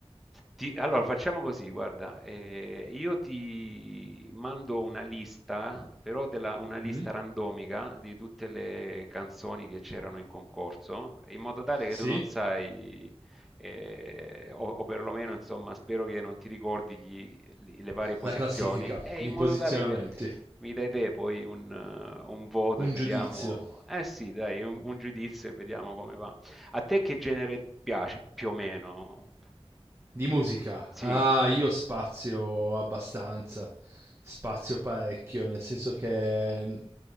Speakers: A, in the centre; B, on the right.
A: ti- Allora, facciamo così, guarda, eh, io ti mando una lista, però della- una lista
B: mm,
A: randomica di tutte le canzoni che c'erano in concorso, in modo tale
B: sì,
A: che tu non sai, eh, o, o perlomeno, insomma, spero che non ti ricordi chi- le varie posizioni,
B: la classifica,
A: e
B: i
A: in modo
B: posizionamenti.
A: tale che mi dai te poi un, eh, un voto
B: Un
A: e vediamo.
B: giudizio.
A: Eh sì, dai, un, un giudizio e vediamo come va. A te che genere piace più o meno?
B: Di musica.
A: Sì,
B: Ah, io spazio abbastanza. Spazio parecchio, nel senso che mm,